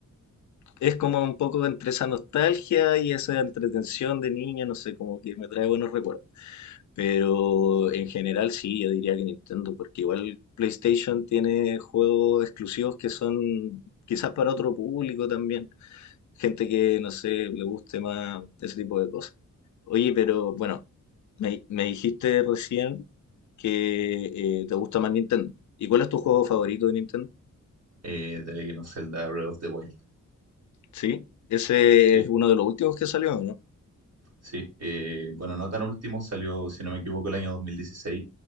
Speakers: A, on the left; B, on the right.
A: es como un poco entre esa nostalgia y esa entretención de niña, no sé, como que me trae buenos recuerdos. Pero en general sí, yo diría que Nintendo, porque igual PlayStation tiene juegos exclusivos que son quizás para otro público también, gente que no sé, le guste más ese tipo de cosas. Oye, pero bueno, me, me dijiste recién que eh, te gusta más Nintendo. ¿Y cuál es tu juego favorito de Nintendo?
B: eh, The Legend of Zelda Breath of the Wild.
A: Sí, ese
B: Sí,
A: es uno de los últimos que salió, ¿no?
B: sí. eh, bueno, no tan último, salió, si no me equivoco, el año 2016.